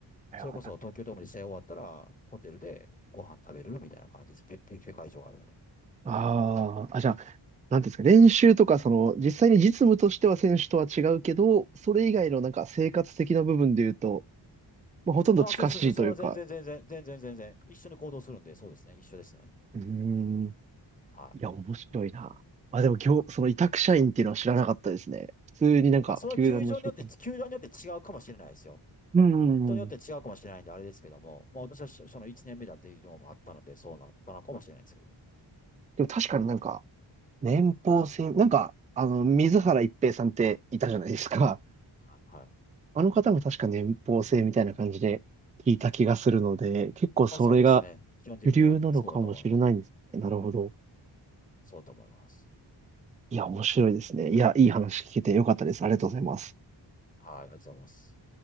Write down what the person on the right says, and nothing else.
はいはい。
ああ。あ、じゃあ、なんていうんですか、練習とか、その、実際に実務としては選手とは違うけど、それ以外のなんか生活的な部分で言うと、まあ、ほとんど近しいというか、
うーん、
いや、面白いな。あ、でも今日、その委託社員っていうのは知らなかったですね。普通になんか、
球団の職員。
うん。
でも確かになんか、年俸制、なんか、あの、水原一平さんっていたじゃないですか。
あの方も確か年俸制みたいな感じで聞いた気がするので、結構それが
主流なのかもしれないんですね。なるほど。
いや、面白いですね。いや、いい話聞けてよかったです。ありがとうございます。